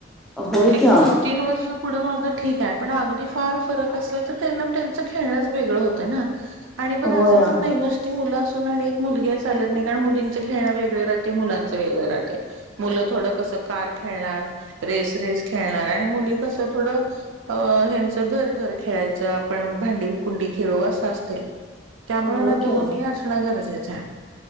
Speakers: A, in the centre; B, on the right.
A: होय
B: एक
A: की ओ,
B: दोन-तीन वर्ष पुढे मागं ठीक आहे पण अगदी फार. फरक असल तर त्यांना त्यांचं खेळणं वेगळं होतं ना. ह <inaudible> आणि बरं
A: होय
B: असं पण नाही नसती मुल एक मुलगी चालत नाही का. मुलीचं खेळणं वेगळ राहतय मुलांच वेगळं रहातय. मुलं थोड कसं कार खेेळणार. रेस रेस खेळणार, आणि मुली कस थोडं ह्याचं घर-घर खेळायचं आपण भांडी-कुंडी खेळू असं असतय. त्यामुळे
A: होय
B: ना दोन्ही
A: की ओ,
B: असणं गरज गरजेच आहे.